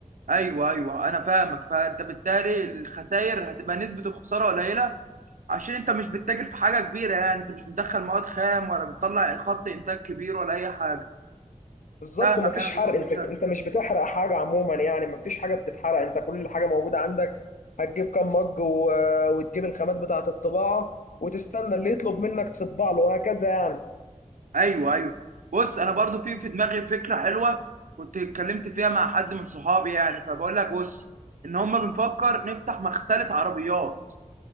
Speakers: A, on the right; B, on the left.
A: ايوه ايوه انا فاهمك فانت بالتالي الخسائر هتبقى نسبه الخساره قليله عشان انت مش بتتاجر في حاجه كبيره يعني انت مش بتدخل مواد خام ولا بتطلع خط انتاج كبير ولا اي حاجه
B: بالظبط
A: فاهمك
B: ومفيش
A: انا في
B: حرق
A: الموضوع
B: انت
A: ده
B: انت مش بتحرق حاجة عموما يعني مفيش حاجة بتتحرق انت كل حاجة موجودة عندك هتجيب كام مج و... وتجيب الخامات بتاعة الطباعة وتستنى اللي يطلب منك تطبع له وهكذا يعني
A: ايوه ايوه بص انا برضو في في دماغي فكره حلوه كنت اتكلمت فيها مع حد من صحابي يعني فبقول لك بص ان هم بنفكر نفتح مغسله عربيات